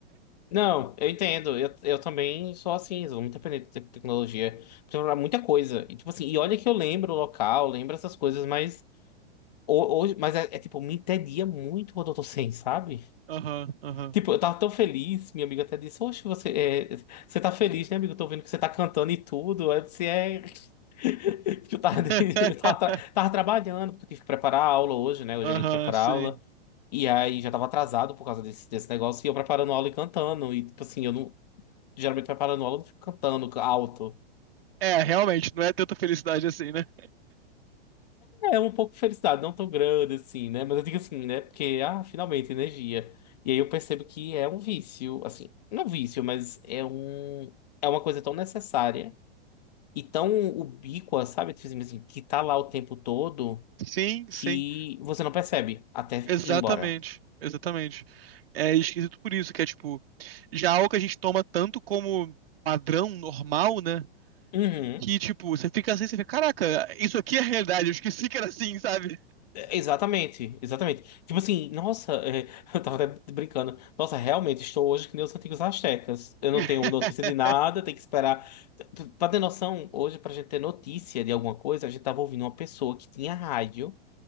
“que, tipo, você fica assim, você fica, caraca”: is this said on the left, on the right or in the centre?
Right